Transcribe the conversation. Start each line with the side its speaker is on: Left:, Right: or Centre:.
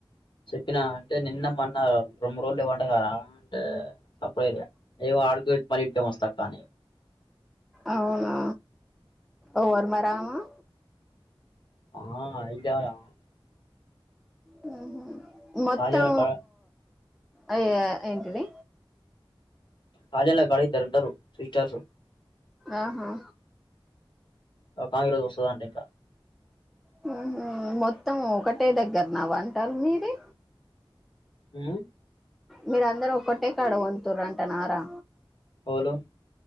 Left: చెప్పినా అంటే నిన్న మన్న రెండు రోజులు లేవట కదా అంటే సప్పుడ చేయలే ఆడుకు వచి మళ్ళీ ఇటికేం వస్తా అక్క అని
Centre: అవునా ఎవరు మరే ఆమె
Left: ఆ <unintelligible>
Centre: హ్మ్ హూ మొత్తం
Left: కాలేజీల కాడ
Centre: అయ ఏంటిది
Left: రాజన్న కాడ ఇద్దరు ఉంటారు సిస్టర్స్
Centre: ఆహా
Left: ఒక ఆమె ఈ రోజు వస్తాదంట ఇట
Centre: హు హు మొత్తం ఒకటే దగ్గర నా వంటలు మీది
Left: హూ మ్
Centre: మీర అందరూ ఒక్కటే కాడ వంతుర అంట నా రా
Left: ఓలు